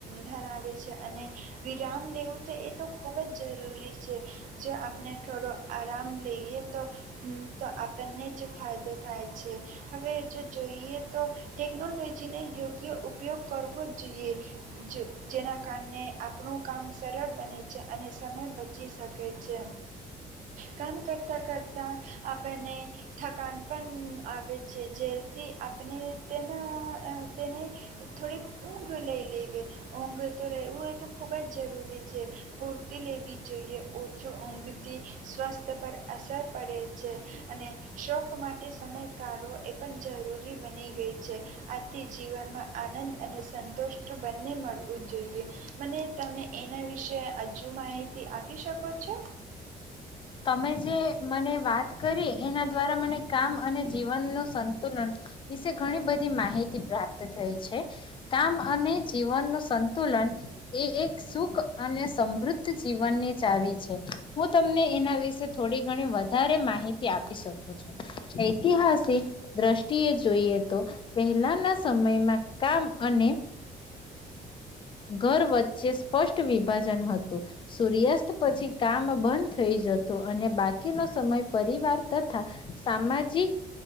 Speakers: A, on the right; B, on the left.
A: ધરાવે છે અને વિરામ લેવું તો એ તો ખૂબ જ જરૂરી છે જો આપણે થોડો આરામ લઈએ તો તો આપણને જ ફાયદો થાય છે. હવે જો જોઈએ તો ટેકનોલોજી જેને યોગ્ય ઉપયોગ કરવો. જોઈએ જેના કારણે આપણું કામ સરળ બને છે અને સમય બચી શકે છે કામ કરતાં કરતાં આપણને થકાન પણ આવે છે જેથી આપણે તેના તેને થોડીક ઊંઘ લય લેવી ઊંઘ તો રહેવું એ તો ખૂબ જ જરૂરી છે પૂર્તિ લેવી જ જોઈએ ઓછો ઊંઘથી સ્વસ્થ પર અસર પડે છે અને શોખ માટે સમય કાઢવો એ પણ જરૂરી બની ગઈ છે આથી જીવનમાં આનંદ અને સંતુષ્ટ બંને મળવું જોઈએ મને તમે એના વિ વિશે હજુ માહિતી આપી શકો છો.
B: તમે જે મને વાત કરી એના દ્વારા મને કામ અને જીવન નું સંતુલન વિશે ઘણી બધી માહિતી પ્રાપ્ત થઈ છે કામ અને જીવનનુંું સંતુલન એ એક સુખ અને સમૃદ્ધ જીવનની ચાવી છે હું તમને. એના વિશે થોડી ઘણી વધારે માહિતી આપી શકો છો ઐતિહાસિક દ્રષ્ટિએ જોઈએ તો પહેલાના સમયમાં કામ અને. ઘર વચ્ચે સ્પષ્ટ વિભાજન હતું સૂર્યાસ્ત પછી કામ બંધ થઈ જતું અને બાકીનો સમય પરિવાર તથા સામાજિક